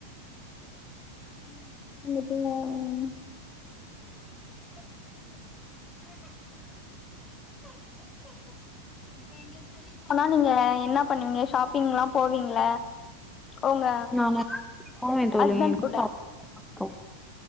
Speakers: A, on the left; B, in the centre.
A: <unintelligible> இப்ப எங்கயாது வெளிய போனா நீங்க என்னா பண்ணுவீங்க ஷாப்பிங்லா போவீங்ள ஒங்க
B: நானா போவே தோழி
A: ஹஸ்பண்ட் கூட
B: ஷாப்